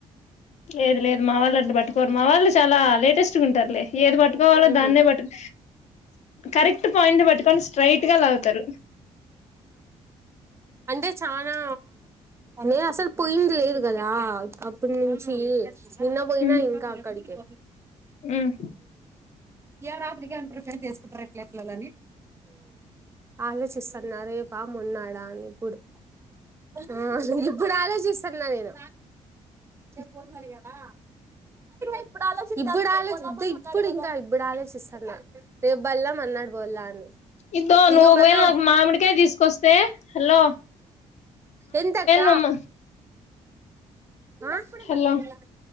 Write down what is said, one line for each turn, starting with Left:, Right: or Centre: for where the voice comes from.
Left: లేదు లేదు మా వాళ్ళు అంటని పట్టుకోరు మా వాళ్ళు చాలా లేటెస్ట్గా ఉంటారులే ఏది పట్టుకోవాలో
Right: ఉహు
Left: దాన్నే పట్టుకో కరెక్ట్ పాయింట్ బట్టుకని స్ట్రైట్ గా లావుతారు
Right: అంటే చనా నేే అసలు పోయింగ్లేరు కదా ఇప్పుడు నుంచి నిన్న పోయినా
Left: ఉమ్
Right: ఇంకా అక్కడికి
Left: ఉమ్
Right: ఏ రాత్రకి ఏ ప్రిపేర్సుకుంటారుల ఆలోచిస్తున్నే బా మొన్నాడా అని కుప్పుడు ఆ ఇప్పుడు ఆలోచిస్తున్నా నేను పోసరిగదా ఇప్పుడు ఇప్పుడుాల ఇప్పుడు ఇంకా ఇబ్ప్పుడు ఆలోచిస్తున్నా రేపు బల్లం మ అన్నాడు బలా అని
Left: ఇదో నువ్వు
Right: ఇంగ
Left: ఒకవేళ
Right: మళ్ళా
Left: నాకు మామిడికాయ తీసుకొస్తే అలా
Right: ఎంత అక్క
Left: నువ్వు
Right: ఆ కూడాడ
Left: హలో
Right: మళ్ళ ఎ